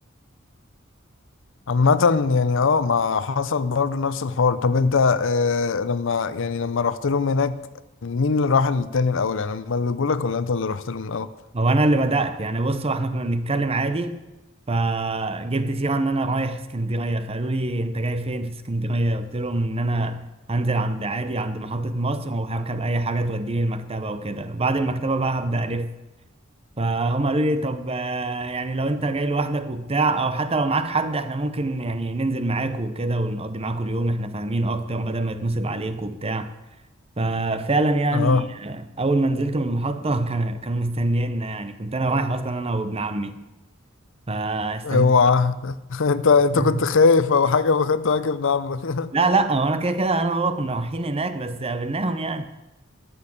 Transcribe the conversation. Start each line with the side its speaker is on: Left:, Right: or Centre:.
Left: عامة يعني اه ما حصل برضو نفس الحوار طب انت آه لما يعني لما رحت لهم هناك مين اللي راح للتاني الاول يعني هما اللي جولك ولا انت اللي رحت لهم الاول
Right: هو انا اللي بدات يعني بص هو احنا كنا بنتكلم عادي فجبت سيره ان انا رايح اسكندريه فقالوا لي انت جاي فين في اسكندريه قلت لهم ان انا هنزل عند عادي عند محطه مصر وهركب اي حاجه توديني المكتبه وكده وبعد المكتبه بقى هبدا الف فهم قالوا لي طب آه، يعني لو انت جاي لوحدك وبتاع او حتى لو معاك حد احنا ممكن يعني ننزل معاك وكده ونقضي معاكوا اليوم احنا فاهمين اكتر بدل ما يتنصب عليك وبتاع ففعلا يعني
Left: اه
Right: اول ما نزلت من المحطه <laughs> كان- كانوا مستنيينا يعني كنت انا رايح اصلا انا وابن عمي فاستنى
Left: اوعى <laughs> انت انت
Right: <laughs>
Left: كنت خايف او حاجة فخدت واجب من عمك
Right: لا
Left: <laughs>
Right: لا هو انا كده كده انا وهو كنا رايحين هناك بس قابلناهم يعني